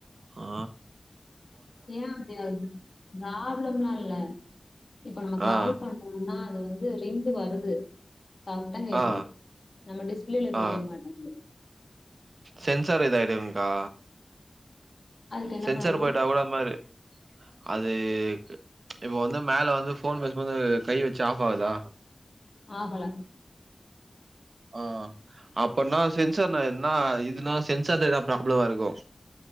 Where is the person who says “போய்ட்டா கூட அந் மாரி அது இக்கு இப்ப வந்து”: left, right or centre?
Right